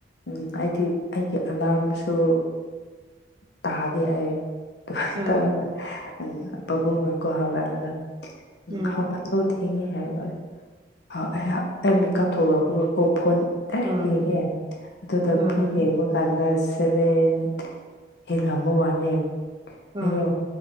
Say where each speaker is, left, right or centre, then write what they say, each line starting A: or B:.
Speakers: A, on the left; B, on the right.
A: ꯎꯝ ꯑꯩꯗꯤ ꯑꯩꯒꯤ ꯑꯂꯥꯔꯝꯁꯨ ꯇꯥꯗꯦ ꯑꯩ
B: ꯍꯣꯏ
A: <unintelligible> ꯄꯕꯨꯡꯅꯀꯣ ꯍꯧꯒꯂ <unintelligible>
B: ꯎꯝ
A: ꯑꯣ ꯊꯦꯡꯉꯦ ꯍꯥꯏꯔꯦ ꯑꯩꯍꯥꯛ ꯑꯩ ꯃꯤꯀꯞ ꯊꯣꯛꯂꯛ ꯄꯨꯀꯥꯀꯣ ꯐꯣꯟ <unintelligible>
B: ꯎꯝ
A: ꯌꯦꯡꯉꯦ ꯑꯗꯨꯗ
B: ꯎꯝ
A: ꯄꯨꯡ ꯌꯦꯡꯕ ꯀꯥꯟꯗ ꯁꯚꯦꯟ ꯍꯤꯜ ꯑꯃ ꯋꯥꯅꯦ
B: ꯎꯝ
A: ꯑꯩꯌꯣ